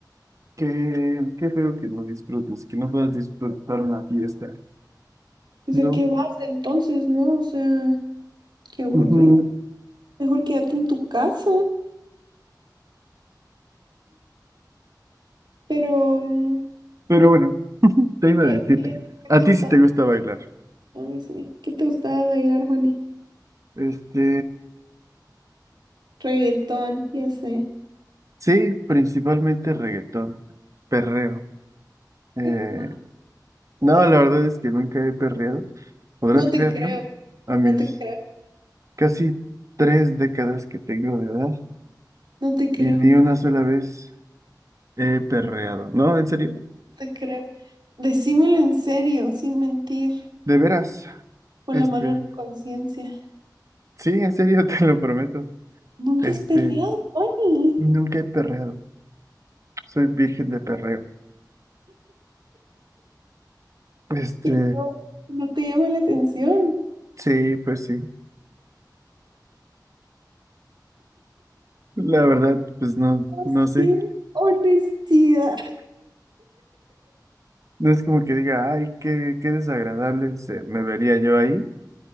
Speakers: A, on the right (about 45°); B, on the right (about 80°).
A: qué, qué feo que no disfrutes, que no puedas disfrutar una fiesta,
B: pues
A: ¿no?
B: ¿a qué vas entonces, no? O sea, qué aburrido.
A: Ujú.
B: Mejor quédate en tu casa. Pero, mm,
A: Pero bueno, te iba
B: ¿qué,
A: a decir,
B: qué- qué
A: a
B: te
A: ti
B: gusta?
A: sí te gusta bailar.
B: A mí sí. ¿Qué te gustaba bailar, Juani?
A: Este,
B: Reggaetón, ya sé.
A: sí, principalmente reggaetón, perreo. Eh,
B: Hijo
A: No,
B: de...
A: la verdad es que nunca he perreado. ¿Podrás
B: No te
A: creerlo?
B: creo,
A: A mis
B: no te creo.
A: casi tres décadas que tengo de edad
B: No te creo,
A: y ni
B: no
A: una sola vez he perreado. No, en serio,
B: te creo. Decímelo en serio, sin mentir,
A: de veras.
B: con
A: Este,
B: la mano en la conciencia.
A: sí, en serio, <laughs> te lo prometo.
B: Nunca
A: Este,
B: has perreado, Bonnie.
A: nunca he perreado. Soy virgen de perreo. Este,
B: Y No, no te llama la atención.
A: sí, pues sí. La verdad, pues no,
B: ¿Sabes
A: no sé.
B: ¡Qué honestidad!
A: No es como que diga, ay, qué, qué desagradable se me vería yo ahí.